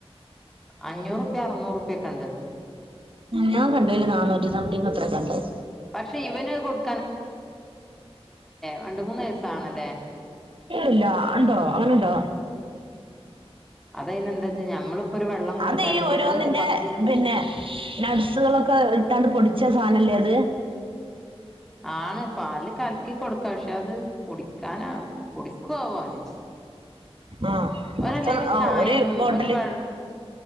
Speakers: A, in the centre; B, on the right (about 55°).
A: അഞ്ഞൂറ് റുപ്യ അറ്ന്നൂർ റുപ്യൊക്കെ ഇണ്ട്
B: ഞാൻ കണ്ടെയിൽ നാനൂറ്റി സംതിങ്ങ് എത്രെ കണ്ടെയ്
A: പക്ഷെ ഇവന് കൊടു രണ്ട് മൂന്ന് വയസ്സാണല്ലേ
B: ഇല്ല ഉണ്ടോ അങ്ങനെയുണ്ടോ
A: അതയിന് എന്താ വച്ചാ ഞമ്മളിപ്പോ ഒരു വെള്ളം കൊടുത്താല്
B: അത് ഈ
A: ഇപ്പ
B: ഓരോന്നിന്റെ
A: ഇപ്പം പകുതി
B: പിന്നെ നട്സുകളൊക്കെ ഇട്ടാണ്ട് പൊടിച്ച് വിച്ച സാനല്ലേ അത്
A: ആണ് പാലിൽ കലക്കി കൊടുക്ക പക്ഷെ അത് കുടിക്കാന് കുടിക്കുവോന്
B: ആഹ്
A: ഓല്
B: കുറച്ച്
A: ഒരു ചായൊന്നും
B: ബോട്ടില്
A: ഓന് വെള്ളം